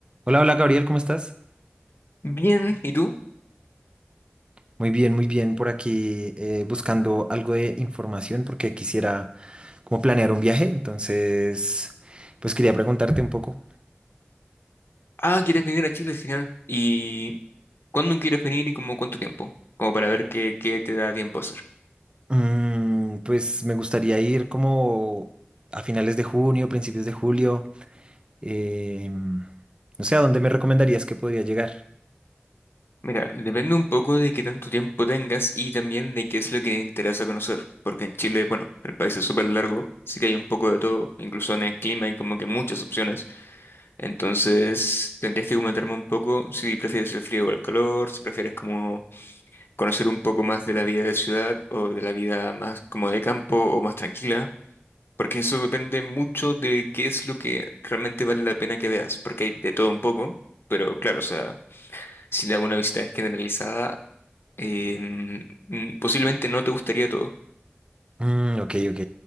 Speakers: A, on the right; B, on the left.
A: Hola, hola Gabriel, ¿cómo estás?
B: Bien, ¿y tú?
A: Muy bien, muy bien. Por aquí eh, buscando algo de información porque quisiera como planear un viaje. Entonces, pues quería preguntarte un poco.
B: Ah, ¿quieres venir a Chile? Genial. ¿Y cuándo quieres venir y como cuánto tiempo? Como para ver qué, qué te da tiempo a hacer.
A: Mm, pues me gustaría ir como a finales de junio, principios de julio. em, no sé, ¿a dónde me recomendarías que podría llegar?
B: Mira, depende un poco de qué tanto tiempo tengas y también de qué es lo que te interesa conocer. Porque en Chile, bueno, el país es súper largo, sí que hay un poco de todo, incluso en el clima hay como que muchas opciones. Entonces, tendrías que comentarme un poco si prefieres el frío o el calor, si prefieres como conocer un poco más de la vida de ciudad o de la vida más como de campo o más tranquila. Porque eso depende mucho de qué es lo que realmente vale la pena que veas, porque hay de todo un poco, pero claro, o sea, si le hago una visita generalizada, eh, mm, posiblemente no te gustaría todo,
A: Mm, ok, ok.